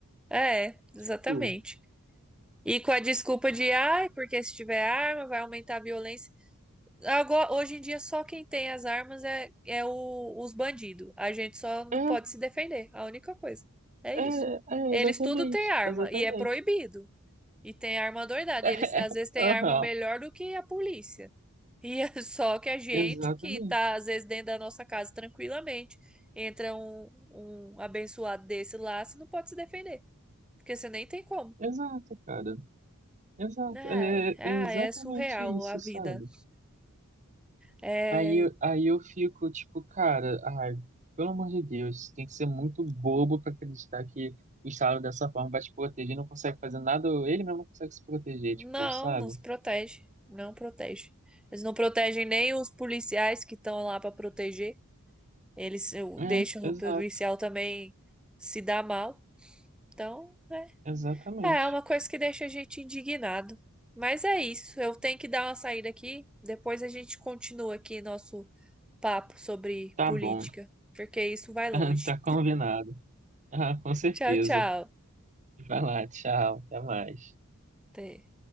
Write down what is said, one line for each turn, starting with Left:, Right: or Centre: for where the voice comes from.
Centre: É, exatamente.
Right: Tipo,
Centre: E com a desculpa de, ai, porque se tiver arma vai aumentar a violência. Agora, hoje em dia, só quem tem as armas é, é o- os bandidos. A gente só não
Right: é,
Centre: pode se defender. A única coisa. É
Right: é,
Centre: isso.
Right: é,
Centre: Eles
Right: exatamente,
Centre: tudo têm arma
Right: exatamente.
Centre: e é proibido. E tem arma doidada.
Right: <laughs>
Centre: E eles às vezes têm
Right: É,
Centre: arma
Right: Aham,
Centre: melhor do que a polícia. E é <laughs> só que a gente,
Right: exatamente.
Centre: que tá às vezes dentro da nossa casa tranquilamente, entra um, um abençoado desse lá, você não pode se defender. Porque você nem tem como.
Right: Exato, cara. Exato,
Centre: Ai,
Right: é,
Centre: ai,
Right: é exatamente
Centre: é surreal
Right: isso,
Centre: a vida.
Right: sabe?
Centre: É
Right: Aí, eu- aí eu fico tipo, cara, ai, pelo amor de Deus, tem que ser muito bobo pra acreditar que o Estado dessa forma vai te proteger, não consegue fazer nada, ou ele mesmo não consegue se proteger,
Centre: Não,
Right: tipo, sabe?
Centre: não se protege. Não protege. Eles não protegem nem os policiais que estão lá para proteger. Eles eh,
Right: É,
Centre: deixam o
Right: exato,
Centre: policial também se dar mal. Então,
Right: exatamente.
Centre: é, é uma coisa que deixa a gente indignado. Mas é isso. Eu tenho que dar uma saída aqui. Depois a gente continua aqui nosso papo sobre
Right: Tá
Centre: política,
Right: bom,
Centre: porque isso vai longe.
Right: <laughs> tá combinado. Ah, com certeza.
Centre: Tchau, tchau.
Right: Vai lá, tchau, até mais.
Centre: Até.